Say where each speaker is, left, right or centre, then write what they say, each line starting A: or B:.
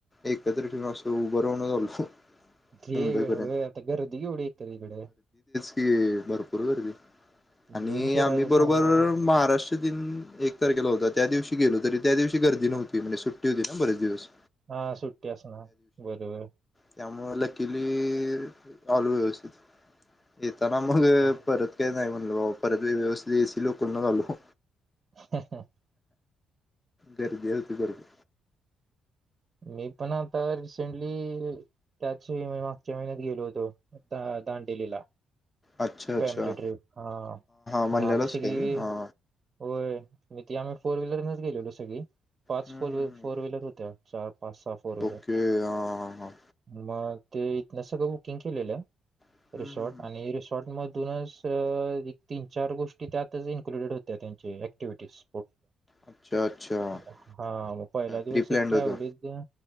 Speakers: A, on the left; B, on the right.
A: एकत्र ठेवून असं उभ राहून च आलो.
B: घे
A: मुंबईपर्यंत.
B: व्हय आता गर्दी केवढी इत्या तिकड.
A: ते भरपूर गर्दी आणि
B: घेऊन फिरायचं
A: आम्ही बरोबर
B: सामान
A: महाराष्ट्र दिन एक तारखेला होता त्या दिवशी गेलो तरी त्या दिवशी गर्दी नव्हती म्हणे सुट्टी होती ना बरेच दिवस.
B: हा सुट्टी असनार बरोबर.
A: त्यामुळ. लगेच आलो व्यवस्थित. येताना मग
B: हा,
A: परत काही नाही म्हटल म परत व्यवस्थित एसी लोकलच आलो.
B: ह <inaudible>
A: गर्दी होती गर्दी.
B: मी पण आता रिसेंटली त्याच मागच्या महिन्यात गेलो होतो आता दांडेलीला.
A: अच्छा अच्छा
B: फॅमिली ट्रिप हा
A: म्हणलेलाच
B: आम्ही सगळी
A: काय हा
B: होय मी ते आम्ही फोर व्हीलरनच गेलेलो सगळे. पाच
A: हम्म
B: फोर
A: हम्म हम्म
B: फोर व्हीलर होत्या. चार. पाच सहा फोर व्हीलर
A: ओके आ हा.
B: मग ते इथनं सगळं बुकिंग केलेलं.
A: हम्म
B: रिसॉर्ट
A: हम्म हम्म.
B: आणि रिस्.. मधूनच एक तीन चार गोष्टी त्यातच इन्क्लुडेड होत्या त्यांची ऍक्टिव्हिटीज.
A: अच्छा अच्छा
B: हा मग पहिला दिवस
A: प्री प्लॅन्ड
B: एक ट्रॅव्हलीत
A: होतं
B: गेला